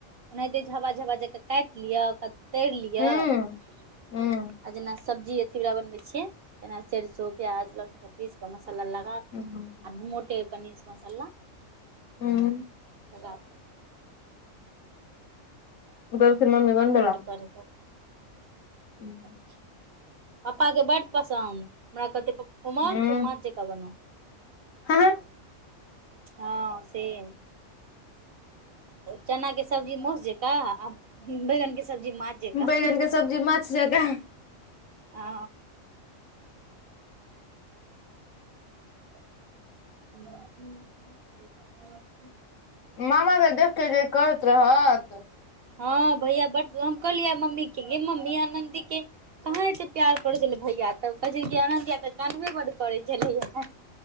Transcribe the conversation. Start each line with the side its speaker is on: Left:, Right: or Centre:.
Right: ओनाहिते झाबा झाबा जे काटि लिअ ओकरा तैरि लिअ
Left: हूँ हूँ
Right: आ जेना सब्जी अथी वा बनबे छिये तेना सरसो प्याज लहसुन सब पीस के मसाला लगा कऽ
Left: हूँ
Right: आ मोटे कनीसन मसाला
Left: हूँ।
Right: लगा के
Left: दरसिन मम्मी ब बड़ <unintelligible>
Right: करढ़ कर <unintelligible>
Left: हूँ <inaudible>
Right: <inaudible> पपा के बड पसन्द, हमरा कहते कोमल
Left: हूँ
Right: तू माँ जेका बन।
Left: हँ।
Right: हँ, सेम। चना के सब्जी मउस जेका, आ बैगन के सब्जी माछ जेका
Left: बैगन के सब्जी माछ जेका।
Right: आ। ह <inaudible>
Left: मामा के देखकेे जे करैत रहत।
Right: हँ भैया बड, हम कहलियै मम्मी के, मम्मी आनन्दी के कहाँ एतेक प्यार करैत छलै भैया के, तऽ कहैत छल कि अनन्द्या तऽ कानबे बड करै छलैया।